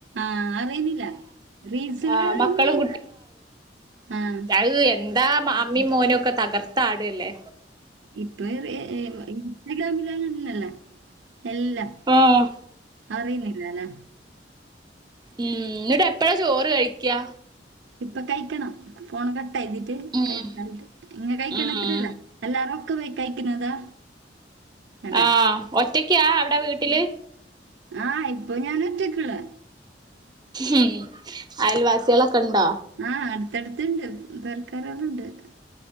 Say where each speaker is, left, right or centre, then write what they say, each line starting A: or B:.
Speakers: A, on the right; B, on the right.
A: ആഹ് അറിയുന്നില്ല റീൽസില്
B: ആഹ് മക്കളും
A: ഇങ്ങനെ ഇല്ല ആഹ്
B: അഹ് എന്താ മ അമ്മീ മോനും ഒക്കെ തകർത്താട്കല്ലേ
A: ഇപ്പർ എ ഏഹ് ഇൻസ്റ്റാഗ്രാമിലെല്ലാ അങ്ങനന്നല്ലേ എല്ലാ
B: ആഹ്
A: അറിയുന്നില്ലല്ലേ
B: ഉം എന്നിട്ട് എപ്പഴാ ചോറ് കഴിക്യാ
A: ഇപ്പം കയ്ക്കണം ഫോൺ കട്ടാക്കിട്ട്
B: ഉം
A: കഴിക്കാനായിട്ട് ഇങ്ങ കഴിക്കണ
B: ഉം
A: അത്രയില്ല എല്ലാർക്കും പോയി കഴിക്കുന്നതാ അല്ല
B: ആഹ് ഒറ്റക്കാ അവിടെ വീട്ടില്
A: ആഹ് ഇപ്പം ഞാന് ഒറ്റക്കോള്ളൂ
B: ഉം അയൽവാസിക്കളൊക്കെ ഉണ്ടാ?
A: ആഹ് അടുത്തടുത്തുണ്ട് <unintelligible>